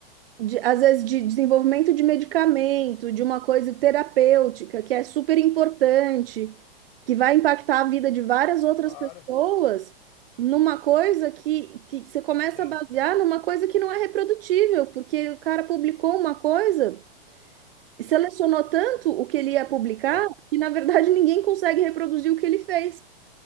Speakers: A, on the right; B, on the left.
A: de- às vezes de desenvolvimento de medicamento,
B: Sim,
A: de uma coisa terapêutica que é super importante, que vai impactar a vida de várias outras
B: claro,
A: pessoas, numa coisa que, que você começa
B: sim.
A: a basear numa coisa que não é reprodutível, porque o cara publicou uma coisa e selecionou
B: É,
A: tanto o que ele ia publicar
B: é,
A: que, na verdade, ninguém consegue reproduzir o que ele fez.